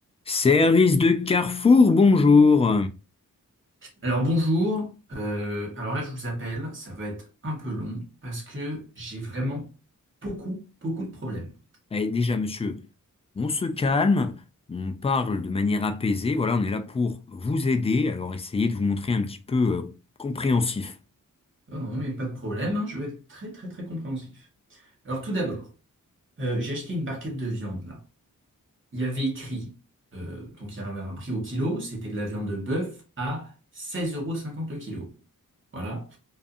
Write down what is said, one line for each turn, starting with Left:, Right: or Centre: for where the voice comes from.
Left: Service de Carrefour, bonjour.
Right: Alors bonjour, Euh, alors là je vous appelle, ça va être un peu long parce que j'ai vraiment beaucoup, beaucoup de problèmes.
Left: Eh, déjà, monsieur, on se calme, on parle de manière apaisée. Voilà, on est là pour vous aider. Alors, essayez de vous montrer un petit peu euh, compréhensif.
Right: Oh non mais pas de problème, hein, je vais être très très très compréhensif. Alors tout d'abord, euh, j'ai acheté une barquette de viande là. Il y avait écrit, euh, donc il y avait un prix au kilo, c'était de la viande de bœuf à seize euros cinquante le kilo. Voilà.